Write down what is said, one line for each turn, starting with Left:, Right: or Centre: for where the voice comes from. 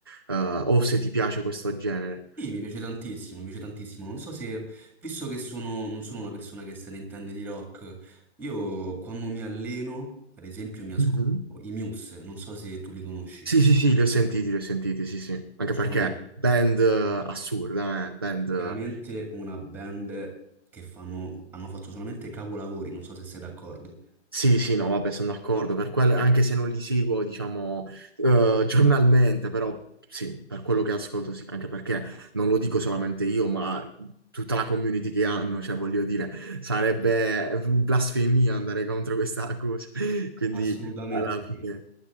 Right: eh, o se ti piace questo genere.
Centre: Sì, mi piace tantissimo, mi piace tantissimo. Non so se, visto che sono, non sono una persona che se ne intende di rock, io quando mi alleno, ad esempio, mi ascolto
Right: Mhm.
Centre: i Muse, non so se tu li conosci.
Right: Sì, sì, sì, li ho sentiti, li ho sentiti, sì, sì. Anche
Centre: Sono
Right: perché band eh, assurda, eh? Band
Centre: veramente una band che fanno, hanno fatto solamente capolavori, non so se sei d'accordo.
Right: Sì, sì, no, vabbè, sono d'accordo, per quello- anche se non li seguo, diciamo, eh, giornalmente, però sì, per quello che ascolto, sì, anche perché non lo dico solamente io, ma tutta la community che hanno, cioè, voglio dire, sarebbe blasfemia andare contro questa cosa, <laughs> quindi
Centre: Assolutamente
Right: alla fine,
Centre: sì.